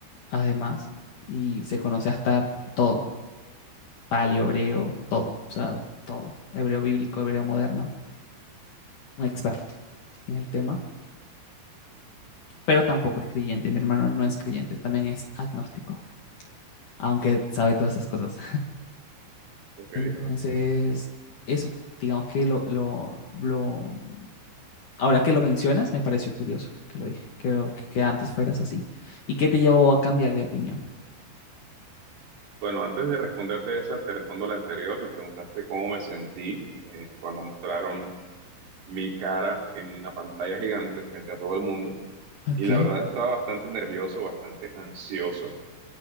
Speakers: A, on the left; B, on the right.
A: además, y se conoce hasta todo, paleo hebreo, todo, o sea, todo, hebreo bíblico, hebreo moderno un experto en el tema, pero tampoco es creyente. Mi hermano no es creyente, también es agnóstico, aunque sabe todas esas cosas.
B: ok.
A: Entonces, eso, digamos que lo, lo, lo, ahora que lo mencionas, me pareció curioso que lo dije, que, lo- que, que antes fueras así. ¿Y qué te llevó a cambiar de opinión?
B: Bueno, antes de responderte esa, te respondo la anterior. Me preguntaste cómo me sentí eh, cuando mostraron mi cara en la pantalla gigante frente a todo el mundo.
A: Ok.
B: Y la verdad estaba bastante nervioso, bastante ansioso.